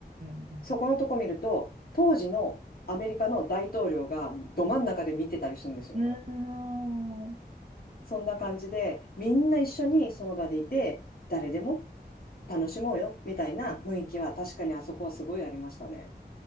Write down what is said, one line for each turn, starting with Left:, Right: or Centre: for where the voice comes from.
Right: んうん
Left: そこのとこ見ると、当時のアメリカの大統領がど真ん中で見てたりするんですよ。
Right: うん。うーん。
Left: そんな感じで、みんな一緒にその場でいて、誰でも楽しもうよみたいな雰囲気は確かにあそこはすごいありましたね。